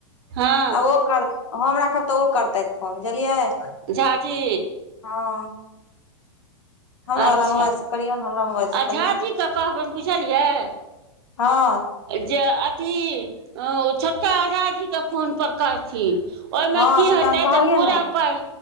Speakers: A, on the right (about 55°); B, on the left (about 75°).
A: हँ
B: तऽ ओ कर हम राखब तऽ ओ करतै समझलियीऐ
A: झाजी
B: हँ हमरा
A: अच्छा
B: वला मोबाइल से करियौ हमरा मोबाइल से
A: आ झाजीकेँ
B: करियौ
A: कहबनि बुझलियै
B: हँ
A: जे अथी छोटका ओझा जीके फोनपर करथिन ओहिमे
B: हँ
A: की
B: से
A: होते
B: हम कहलियै
A: तऽ पूरा
B: ने
A: पाइ